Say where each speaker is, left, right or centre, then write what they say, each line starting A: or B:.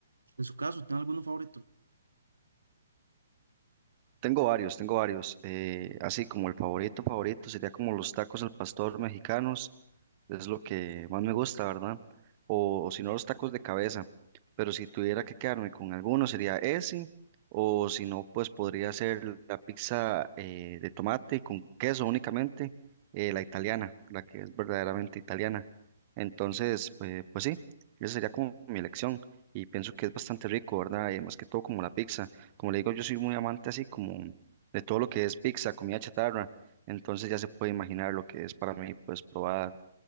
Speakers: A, on the right (about 80°); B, on the right (about 35°).
A: En su caso, ¿tiene alguno favorito?
B: Tengo varios, tengo varios. eh, así como el favorito, favorito sería como los tacos al pastor mexicanos Es lo que más me gusta, ¿verdad? O, o si no, los tacos de cabeza. Pero si tuviera que quedarme con alguno, sería ese. O si no, pues podría ser la pizza eh, de tomate con queso únicamente, eh, la italiana, la que es verdaderamente italiana. Entonces, pues, pues sí, esa sería como mi elección. Y pienso que es bastante rico, ¿verdad? Eh, más que todo como la pizza. Como le digo, yo soy muy amante así como de todo lo que es pizza, comida chatarra. Entonces ya se puede imaginar lo que es para mí, pues probar